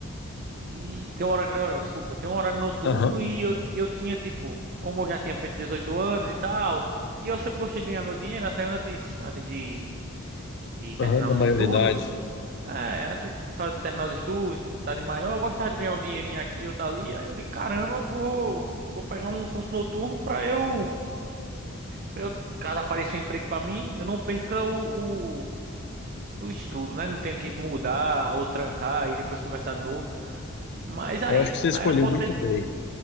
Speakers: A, on the right; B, on the left.
A: e. Tem um horário integral, não, desculpa. Tem um horário noturno
B: Aham,
A: e eu, e eu tinha, tipo, como eu já tinha feito 18 anos e tal, e eu sempre gostei de ganhar meu dinheiro, até antes, antes de, de terminar
B: aham, da
A: os
B: maioridade.
A: estudos. É, antes de fa- terminar os estudos, tá de maior, eu gostava de ganhar um dinheirinho aqui ou tá ali. Aí eu disse, caramba, vou, vou pegar um curso noturno pra eu. Pra eu, caso apareça um emprego pra mim, eu não perca o, o, o estudo, né? Não tenho que mudar ou trancar e depois começar de novo. Mas aí,
B: Eu acho que você escolheu
A: aí aconteceu.
B: muito bem,